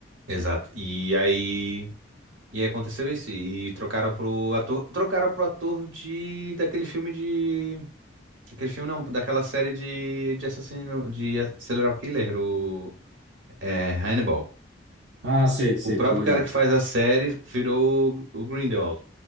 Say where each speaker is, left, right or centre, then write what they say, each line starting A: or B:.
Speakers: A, on the right (about 80°); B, on the right (about 65°).
A: exato. E aí. E aí aconteceu isso. E trocaram pro ator. Trocaram pro ator de. Daquele filme de. Aquele filme não, daquela série de, de assassino. De Serial Killer, o. É, Hannibal.
B: Ah, sei, sei,
A: O próprio
B: tô ligado.
A: cara que faz a série virou o o Grindelwald.